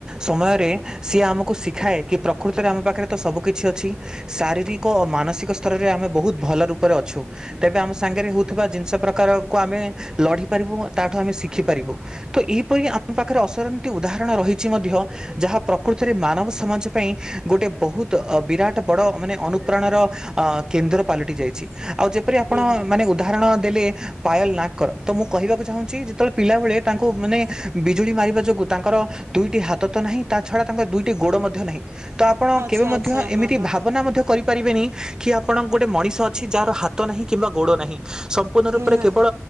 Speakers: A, on the right; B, on the right.
A: ସମୟରେ ସିଏ ଆମକୁ ଶିଖାଏ କି ପ୍ରକୃତରେ ଆମ ପାଖରେ ତ ସବୁ କିଛି ଅଛି ଶାରୀରିକ ଓ ମାନସିକ ସ୍ତରରେ ଆମେ ବହୁତ ଭଲ ରୂପରେ ଅଛୁ। ତେବେ ଆମ ସାଙ୍ଗରେ ହଉଥିବା ଜିନିଷ ପ୍ରକାରକୁ ଆମେ ଲଢ଼ିପାରିବୁ ତାଠୁ ଆମେ ଶିଖିପାରିବୁ ତ ଏ ଏପରି ଆମ ପାଖରେ ଅସରନ୍ତି ଉଦାହରଣ ରହିଛି ମଧ୍ୟ ଯାହା ପ୍ରକୃତରେ ମାନବ ସମାଜ ପାଇଁ ଗୋ ଗୋଟେ ବହୁତ ଅ ବିରାଟ ବଡ ମାନେ ଅନୁପ୍ରାଣର ଅ କେନ୍ଦ୍ର ପାଲଟି ଯାଇଛି ଆଉ ଯେପରି ଆପଣ
B: ନିହାତି
A: ମାନେ ଉଦାହରଣ ଦେଲେ ପାୟଲ ନା ଗ ଙ୍କର ତ ମୁଁ କହିବାକୁ ଚାହୁଁଛି ଯେତେବେଳେ ପିଲାବେଳେ ତାଙ୍କୁ ମାନେ ବିଜୁଳି ମାରିବା ଯୋଗୁଁ ତାଙ୍କର ଦୁଇଟି ହା ହାତ ତ ନାହିଁ ତା ଛଡା ତାଙ୍କ ଦୁଇଟି ଗୋଡ଼ ମଧ୍ୟ ନାହିଁ। ତ ଆପଣ
B: ଆଚ୍ଛା
A: କେବେ ମଧ୍ୟ
B: ଆଚ୍ଛା
A: ଏମିତି
B: ହଁ ହଁ
A: ଭାବନା ମଧ୍ୟ କରିପାରିବେନି। କି ଆପଣଙ୍କ ଗୋଟେ ମଣିଷ ଅଛି ଯାହାର ହାତ ନାହିଁ କିମ୍ବା ଗୋଡ ନାହିଁ। ସମ୍ପୂର୍ଣ୍ଣ ରୂପରେ
B: ନିହାତି
A: କେବଳ